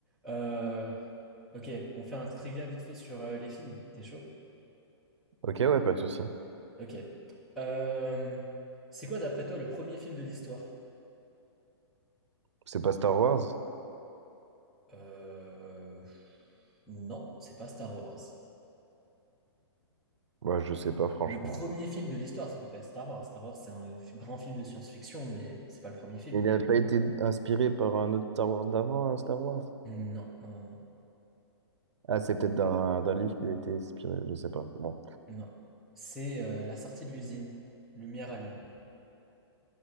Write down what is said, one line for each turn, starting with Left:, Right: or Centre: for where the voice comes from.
Centre: Euh, ok, on fait un trivia vite fait sur euh, les films. T'es chaud?
Right: Ok, ouais, pas de souci.
Centre: Ok. Euh, c'est quoi, d'après toi, le premier film de l'histoire?
Right: C'est pas Star Wars?
Centre: Euh, non, c'est pas Star Wars.
Right: Bah, je sais pas, franchement.
Centre: Le premier film de l'histoire, ça peut pas être Star Wars. Star Wars, c'est un f- grand film de science-fiction, mais c'est pas le premier film.
Right: Il n'a pas été inspiré par un autre Star Wars d'avant, un Star Wars?
Centre: Non, non, non,
Right: Ah, c'est peut-être d'un d'un livre qu'il a été inspiré, je sais pas. Bon.
Centre: non. C'est euh, la sortie de l'usine Lumière à Lyon.